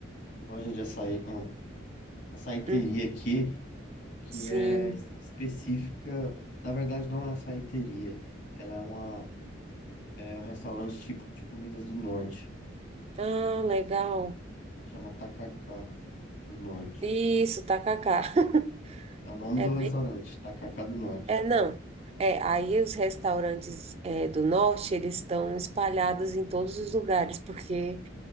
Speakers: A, on the left; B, on the right.
A: loja de açaí, uma açaiteria
B: Hum,
A: aqui. que
B: sim.
A: é específica, na verdade não é açaiteria, ela é uma é um restaurante típico de comidas do norte,
B: Ah, legal.
A: chama Tacacá do Norte.
B: Isso, tacacá. <laughs>
A: É o nome
B: É
A: do restaurante, Tacacá do Norte.
B: É, não. É, aí os restaurantes é, do norte, eles estão espalhados em todos os lugares, porque